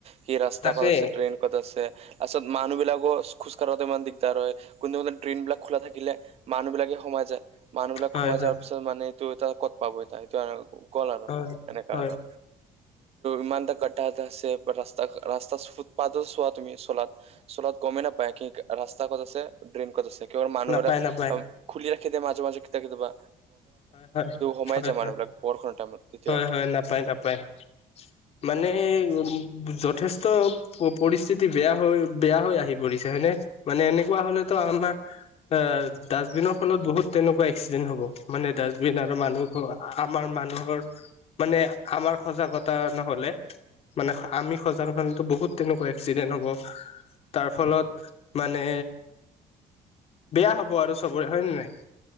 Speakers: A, on the right; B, on the left.
A: সেই ৰাস্তা
B: তাকে
A: কত আছে, ড্ৰেন কত আছে, আচল মানুহ বিলাকৰ খোজ কাৰোতে ইমান দিগ, দাৰ হয় কোনো কোনো দ্ৰেনবিলাক খোলা থাকিলে মানুহ বিলাকে সোমাই যায়, মানুহ বিলাক
B: হয়
A: সোমাই
B: হয়
A: যোৱাৰ পিছত, মানে এইটো তটা ক'ত পাব এ সেতু এটা গল আৰু
B: হয়
A: এনেকা
B: হয়
A: আৰু। ইমানতা গাদ্ধাহ এটা আছে ৰাস্তা ৰাস্তা ফুটপাথটো চোৱা তুমি ছলত, চলাত গমেই নাপায় কি ৰাস্তা কত আছে ড্ৰেইন ক'ত আছে, কেৱল মানুহ
B: নাপায়
A: বিলাক
B: নাপায়
A: খুলি ৰাখি দিয়ে মাজে মাজে কেতিয়াবা কেতিয়াবা।
B: হয় হয়।
A: হোমাই
B: হয়
A: যায় মানুহবিলাক
B: হয়
A: বৰষুণৰ টাইমত তেতিয়া
B: হয়
A: আৰু।
B: হয় নাপায় নাপায় মানে উম যথেষ্ট, প পৰিস্থিতি বেয়া হৈ বেয়া হৈ আহি পৰিছে হয়নে, মানে এনেকুৱা হলেতো আমাৰ অ ডাষ্টবিনৰ ফলত বহুত তেনেকুৱা এক্সিডেণ্ট হ'ব। মানে ডাষ্টবিন আৰু মানুহ আমাৰ মানুহৰ, মানে আমাৰ সজাগতা নহলে, মানে আমি সজাগ নহ'লে বহুত তেনেকুৱা এক্সিডেণ্ট হ'ব। তাৰ ফলত মানে বেয়া হব আৰু চবৰে হয়ে নে নাই?